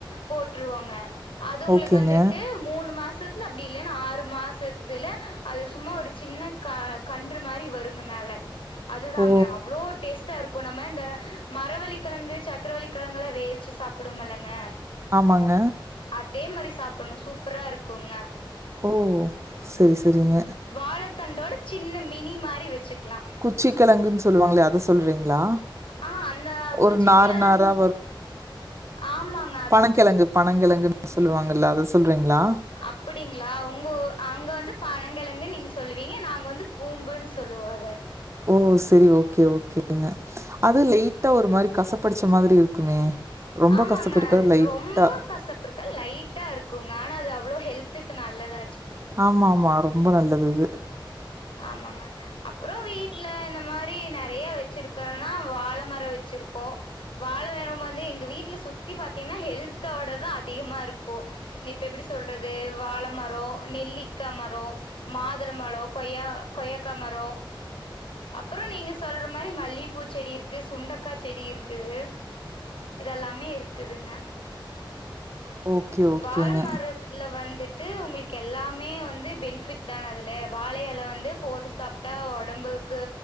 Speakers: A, on the left; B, on the right.
A: போட்டுருவோங்க அது உங்களுக்கு
B: ஓகேங்க.
A: வந்துட்டு மூணு மாசத்துல அப்டி <unintelligible> ஆறு மாசத்துல அது சும்மா ஒரு சின்ன கன்று மாரி வருங்க மேல அதுதாங்க
B: ஓ!
A: அவ்ளோ டேஸ்ட்டா இருக் கு நம்ம இந்த மரவள்ளிகெழங்கு சக்கரவள்ளிகெழங்கு எல்லா வேவிச்சு சாப்பிடுவோமல்லங்க
B: ஆமாங்க
A: அதே மாரி சாப்பிட்ணு சூப்பரா இருக்குங்க
B: ஓ செரி செரிங்க
A: வாழத்தண்டோட சின்ன மினி மாரி வெச்சுக்கலா
B: சீக்கலங்குன்னனு சொல்லுவாங்களா அத சொல்றீங்களா
A: ஆ அந்த குச்சிக்கெழங்
B: ஒரு நார் நாரா
A: ஆமாங்
B: பனங்கெழங்கு பனங்கெழங்குன்னு சொல்லுவாங்கல்ல அத சொல்றீங்களா
A: அப்பிடீங்களா உங்க அங்க வந்து பனங்கெழங்குன்னு நீங்க சொல்லுவீங்க நாங்க வந்து கூம்புன்னு சொல்லுவோ அத
B: ஓ செரி ஓகே ஓகேங்க அது லைட்டா ஒரு மாரி கசப்படிச்ச மாரி இருக்குமே ரொம்ப
A: ஆமாங்க
B: கசப்பு இருக்காது, லைட்டா.
A: ரொம்ப கசப் பு இருக்காது லைட்டா இருக்குங்க ஆனா அது அவ்ளோ ஹெல்த்துக்கு நல்லது
B: ஆமா ஆமா ரொம்ப நல்லது அது
A: ஆமாங்க அப்றோ வீட்ல இந்த மாரி நெறைய வெச்சிருக்கோன்னா வாழ மரோ வெச்சிருக்கோ வாழ மரோ வந்து எங்க வீட்ல சுத்தி பாத்தீங்கன்னா ஹெல்தோடதா அதிகமா இருக்கு இப்ப எப்டி சொல்றது வாழமரோ நெல்லிக்கா மரோ மாதுள பழோ கொய்யா கொய்யாக்கா மரோ அப்றோ நீங்க சொல்ற மாரி மல்லிப்பூ செடி இருக்கு சுண்டக்கா செடி இருக்குது இதெல்லாமே இருக்குதுங்க
B: ஓகே, ஓகேங்க.
A: வாழ மரத் துல வந்துட்டு உங்களுக்கு எல்லாமே வந்து பெனிஃபிட் தான அதுல வாழ எல வந்து போட்டு சாப் டா ஒடம்புக்கு